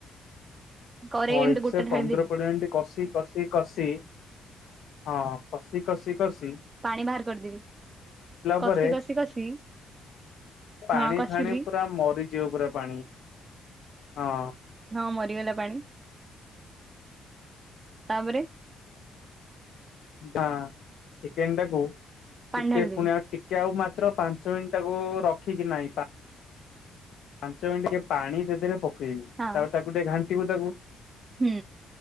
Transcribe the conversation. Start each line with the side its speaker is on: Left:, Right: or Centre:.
Right: କରେଇ
Left: ଭଲସେ
Right: ଏମିତି ଗୋଟେ ଢାଳିଦେବି
Left: ପନ୍ଦର କୋଡିଏ ମିନିଟି କଷି କସି କସିି ହଁ କସିି କସିି କସିି
Right: ପାଣି ବାହାର କରିଦେବି। କଷି
Left: ପରେ
Right: କଷି କଷି
Left: ପାଣି
Right: ହଁ କଷିଲି
Left: ଫାଣି ପୁରା ମରିଯିବ ପୁରା ପାଣି ହଁ
Right: ହଁ ମରିଗଲା ପାଣି। ତାପରେ
Left: ଢା ଚିକେନ ଟାକୁ
Right: ପାଣି
Left: ଟିକେ
Right: ଢାଳିଦେବି
Left: ପୁଣି ଆଉ ଟି କେ ଆଉ ମାତ୍ର ପାଞ୍ଚ ମିନିଟ ଟାକୁ ରଖିକି ନାଇଁ ପା ପାଞ୍ଚ ମିନିଟ ଟିକେ ପାଣି ସେଥିରେ ପକେଇବୁ। ତାପରେ
Right: ହଁ
Left: ତାକୁ ଟିକେ ଘାଣ୍ଟିବୁ ତାକୁ
Right: ହୁଁ